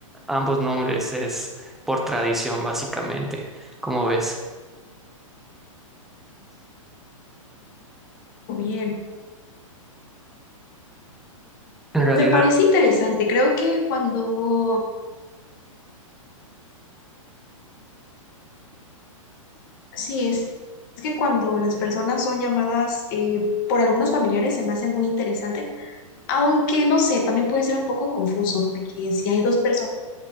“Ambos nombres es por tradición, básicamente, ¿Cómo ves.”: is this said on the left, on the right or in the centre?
Centre